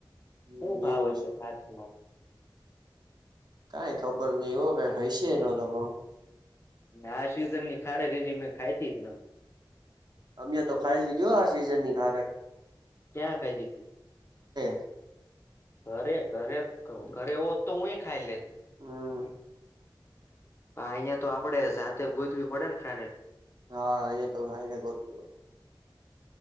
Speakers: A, on the right (about 55°); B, on the left (about 30°).
A: હમ
B: શું ભાવ
A: એવું
B: હોય છે ફાર નો
A: કાઈ ખબર નઈ હો ક ખ છે એ ન તો ભાવ
B: આ સિઝન ની ખારે હજી મેં ખાઈ ધી જ ન
A: અમે તો ખાઈ લીધું આ સિઝન ની ખારક
B: ક્યાં ખાઈધી તી
A: <inaudible>
B: ઘરે ઘરે ઘરે હો તો હુંય ખાઈ લે
A: હમ
B: આહિયાં તો આપડે સાથે ગૂતવી પડે ને ખારે
A: હા અહયા તો <unintelligible>